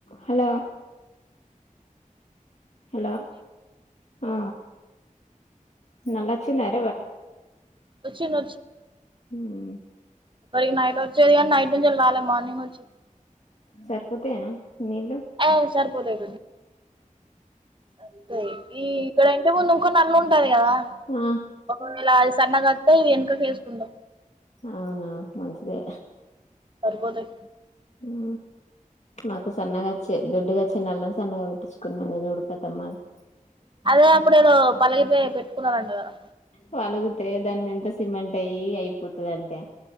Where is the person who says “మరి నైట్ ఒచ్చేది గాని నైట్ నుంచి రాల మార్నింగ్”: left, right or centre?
Right